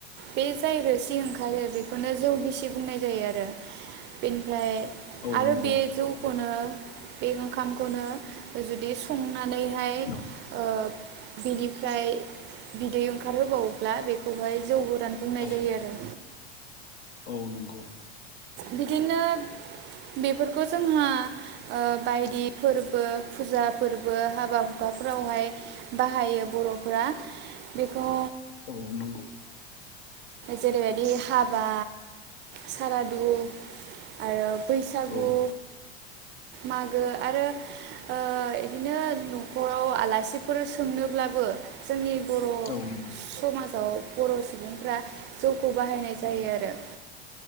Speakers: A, on the right (about 35°); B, on the left (about 70°).
A: बे जाय रोसि ओंखारो बेखौनो जौ गिसि बुंनाय जायो आरो। बेनिफ्राय
B: औ
A: आरो
B: नंगौ
A: बे जौखौनो बे ओंखामखौनो जुदि संनानैहाय ओ
B: औ
A: बिनिफ्राय बिदै ओंखार होबावोब्ला बेखौहाय जौ गो रान बुंनाय
B: औ
A: जायो आरो।
B: औ नोंगौ।
A: बिदिनो बेफोरखौ जोंहा ओ बायदि फोरबो फुजा फोरबो हाबा हुखाफोरावहाय। बाहायो बर'फ्रा। बेखौ
B: औ नोंगौ।
A: जेरैबायदि हाबा। सारादु आरो बैसागु
B: औ
A: मागो आरो ओ इदिनो न'खराव आलासिफोर सोंनोब्लाबो जोंनि बर'
B: औ नंगौ
A: समाजाव बर' सुबुंफ्रा जौखौ बाहायनाय जायो
B: औ
A: आरो